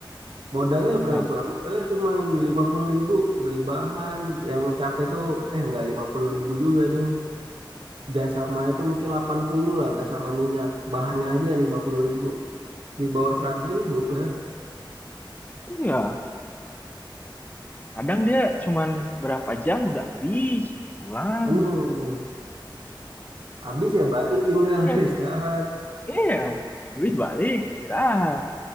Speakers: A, on the right; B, on the left.
A: Modalnya berapa?
B: Hah,
A: Modalnya cuma 50 ribu beli bahan. Yang capek itu eh nggak 50 ribu juga ding. Gas sama itu mungkin 80 lah gas sama minyak. Bahannya aja 50 ribu. Di bawah seratus ribu ya.
B: iya. Kadang dia cuman berapa jam udah habis, pulang.
A: Bener. Habis ya balik tinggal
B: Iya,
A: <laughs> istirahat.
B: iya. Habis balik, istirahat.